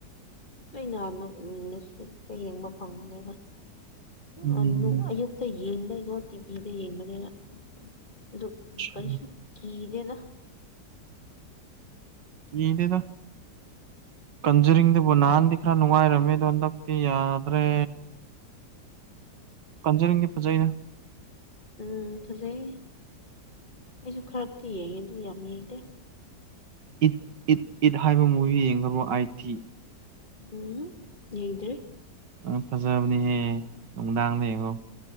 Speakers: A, on the left; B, on the right.
A: ꯀꯩꯅ ꯅꯦꯠ ꯐ꯭ꯂꯤꯛꯁꯇ ꯌꯦꯡꯕ ꯐꯪꯕꯅꯦꯕ
B: ꯎꯝ
A: ꯑ ꯑꯌꯨꯛꯇ ꯌꯦꯡꯕꯩꯀꯣ ꯇꯤꯚꯤꯗ ꯌꯦꯡꯕꯅꯦꯕ ꯑꯗꯨ
B: ꯑꯆꯥ
A: ꯀꯔꯤꯁꯨ ꯀꯤꯒꯦꯗ
B: ꯌꯦꯗꯗ ꯀꯟꯖꯔꯤꯡꯗꯨꯕꯨ ꯅꯍꯥꯟꯗꯤ ꯈꯔ ꯅꯨꯡꯉꯥꯏꯔꯝꯃꯦꯗꯣ ꯍꯟꯗꯛꯇꯤ ꯌꯥꯗ꯭ꯔꯦ ꯀꯟꯖꯅꯤꯡꯗꯤꯦ ꯐꯖꯩꯅ
A: ꯎꯝ ꯐꯖꯩꯌꯦ ꯑꯩꯁꯨ ꯈꯔꯛꯇ ꯌꯦꯡꯉꯦ ꯑꯗꯨ ꯌꯥꯝ ꯌꯦꯡꯗꯦ
B: ꯏꯠ ꯏꯠ ꯏꯠ ꯍꯥꯏꯕ ꯃꯨꯚꯤ ꯌꯦꯡꯈ꯭ꯔ ꯑꯥꯏ ꯇꯤ
A: ꯎꯝ ꯌꯦꯗ꯭ꯔꯦ
B: ꯎ ꯐꯖꯕꯅꯤꯍꯦ ꯅꯨꯡꯗꯥꯡ ꯂꯩꯌꯦꯡꯉꯣ